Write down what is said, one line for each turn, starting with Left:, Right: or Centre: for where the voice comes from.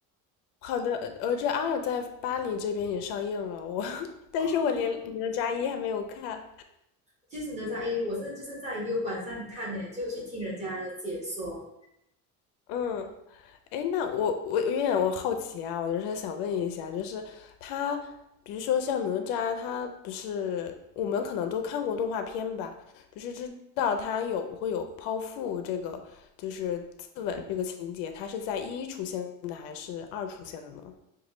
Left: 好的，呃《哪吒二》在巴黎这边也上映了，我，<laughs> 但是我连《哪吒一》还没有看。
Right: 哦，其实哪吒一我是就是在 U 管上看的，就去听人家的解说，
Left: 嗯，哎，那我我有点我好奇啊，我就是想问一下，就是他，比如说像哪吒，他不是我们可能都看过动画片吧，就是知道他有会有剖腹这个，就是自刎这个情节，他是在一出现的还是二出现的呢？